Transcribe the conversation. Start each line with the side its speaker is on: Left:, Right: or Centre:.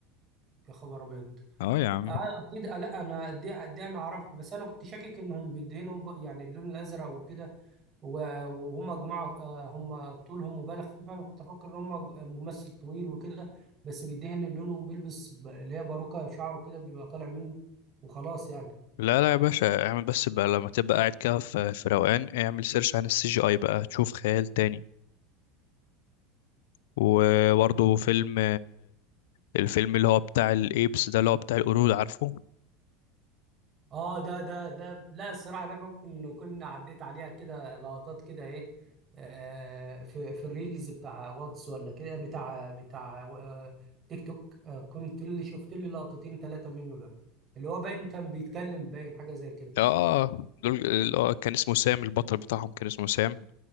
Right: يا خبر ابيض
Left: اه يا عم
Right: اه اكيد آه، لا انا دي, دي انا اعرف بس انا كنت شاكك انهم بيدهنوا ب- يعني اللون الازرق وكده و- وهم جماعه آه هم طولهم مبالغ فيه فانا كنت افكر ان هم ج- ممثل طويل وكده بس بيدهن لونه وبيلبس ب- اللي هي باروكه شعره كده بيبقى طالع منه وخلاص يعني
Left: لا لا يا باشا اعمل بس بقى لما تبقى قاعد كده في في روقان اعمل سيرش عن السي جي اي بقى تشوف خيال تاني وبرضه فيلم الفيلم اللي هو بتاع الايبس ده اللي هو بتاع القرود عارفه
Right: اه ده ده ده لا الصراحه ده ممكن كنا عديت عليها كده لقطات كده ايه آه في في الريلز بتاع واتس ولا كده بتاع بتاع آه تيك توك آه كنت اللي شفت لي لقطتين ثلاثه منه ده اللي هو باين كان بيتكلم باين حاجه زي كده
Left: اه دول اللي هو كان اسمه سام البطل بتاعهم كان اسمه سام